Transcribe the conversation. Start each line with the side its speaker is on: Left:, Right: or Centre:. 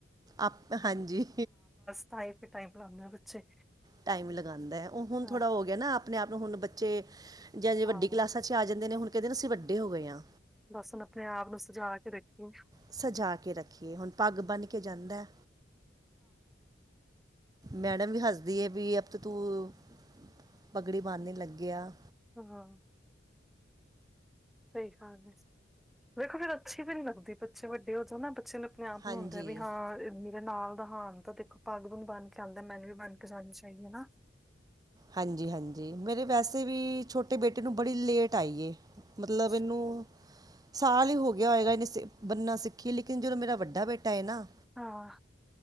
Right: ਆਪ, ਹਾਂਜੀ।
Centre: ਤਾਂਈ ਟਾਈਮ ਲਾਂਦੇ ਬੱਚੇ।
Right: ਟਾਈਮ ਲਗਾਂਦਾ ਐ। ਉਹ ਹੁਣ
Centre: ਹਾਂ,
Right: ਥੋੜ੍ਹਾ ਹੋ ਗਿਆ ਨਾ ਆਪਣੇ ਆਪ ਨੂੰ ਹੁਣ ਬੱਚੇ ਜਾਂ ਜੇ ਵੱਡੀ
Centre: ਹਾਂ
Right: ਕਲਾਸਾਂ ਚ ਚੇ ਆ ਜਾਂਦੇ ਨੇ ਹੁਣ ਕਹਿੰਦੇ ਅਸੀਂ ਵੱਡੇ ਹੋਏਗੇ ਹਾਂ।
Centre: ਬਸ ਹੁਣ ਆਪਣੇ ਆਪ ਨੂੰ ਸਜਾ ਕੇ ਰੱਖੀਏ।
Right: ਸਜਾ ਕੇ ਰੱਖੀਏ, ਹੁਣ ਪੱਗ ਬੰਨ੍ਹ ਕੇ ਜਾਂਦਾ। ਮੈਡਮ ਵੀ ਹੱਸਦੀ ਵੀ ਅਬ ਤੋ ਤੂੰ ਪਗੜੀ ਬਾਦਨੇ ਲੱਗਿਆ।
Centre: ਹਾਂ। ਸਈ ਗੱਲ ਐ। ਵੇਖੋ ਫਿਰ ਅੱਛੀ ਵੀ ਨੀ ਲੱਗਦੀ ਬੱਚੇ ਵੱਡੇ ਹੋ ਜਾ ਨਾ ਬੱਚੇ ਨੂੰ ਅਪਣੇ ਆਪ
Right: ਹਾਂਜੀ
Centre: ਨੂੰ ਹੁੰਦੈ ਵੀ ਹਾਂ ਇਨੀ ਨਾਲ ਦਾ ਹਾਨ ਤਾਂ ਦੇਖੋ ਪੱਗ ਪੁਗ ਬਣ ਕੇ ਆਉਂਦਾ ਮੈਨੂੰ ਵੀ ਬਣ ਕੇ ਜਾਣੀ ਚਾਹੀਦੀ ਨਾ
Right: ਹਾਂਜੀ, ਹਾਂਜੀ ਮੇਰੇ ਵੈਸੇ ਵੀ ਛੋਟੇ ਬੇਟੇ ਨੂੰ ਬੜੀ ਲੇਟ ਆਈ ਏ ਮਤਲਬ
Centre: ਅੱਛਾ
Right: ਇਹਨੂੰ ਸਾਲ ਈ ਹੋ ਗਿਆ ਹੋਏਗਾ ਇਹਨੇ ਬਣਨਾ ਸਿੱਖੀ ਲੇਕਿਨ ਜਦੋਂ ਮੇਰਾ ਵੱਡਾ ਬੇਟਾ ਏ ਨਾ
Centre: ਹਾਂ